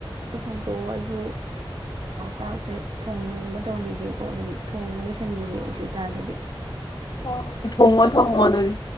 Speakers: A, on the right (about 65°); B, on the left (about 50°).
A: ꯆꯥꯛ ꯊꯣꯡꯇꯣꯛꯑꯣ ꯑꯩꯁꯨ ꯆꯥꯛꯁꯦ ꯊꯣꯡꯕ ꯇꯧꯈꯤꯒꯦꯀꯣ ꯑꯗꯨꯗꯤ ꯊꯣꯡꯕ ꯂꯣꯏꯁꯤꯟꯈꯤꯒꯦ ꯑꯩꯁꯨ ꯏꯇꯥ ꯑꯗꯨꯗꯤ
B: ꯍꯣꯏ ꯍꯣꯏ ꯊꯣꯡꯉꯣ ꯊꯣꯡꯉꯣ ꯑꯗꯨꯗꯤ